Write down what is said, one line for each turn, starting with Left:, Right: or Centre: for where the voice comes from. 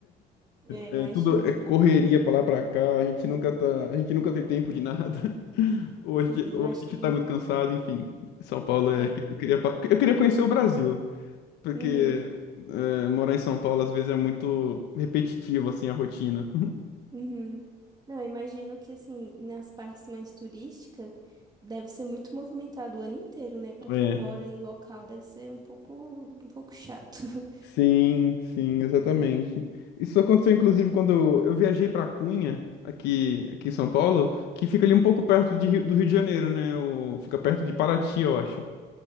Right: É, imagino.
Left: é, <laughs> é tudo é correria pra lá pra cá, a gente nunca tá, a gente nunca tem tempo de nada, <laughs> ou
Right: Sim,
Left: a gente, ou
Right: eu acho
Left: a gente
Right: que
Left: tá muito cansado, enfim. São Paulo
Right: é.
Left: é. Eu queria, pa- eu queria conhecer o Brasil porque
Right: Uhum.
Left: é, morar em São Paulo às vezes é muito repetitivo, assim, a rotina. <laughs>
Right: Uhum. Não, eu imagino que assim, nas partes mais turísticas, deve ser muito movimentado o ano inteiro, né? Pra
Left: É.
Right: quem mora em local, deve ser um pouco, um pouco chato. <laughs>
Left: Sim, sim, exatamente. Isso aconteceu inclusive quando eu, eu viajei para Cunha, aqui, aqui em São Paulo, que fica ali um pouco perto de Rio- do Rio de Janeiro, né? O, fica perto de Paraty, eu acho.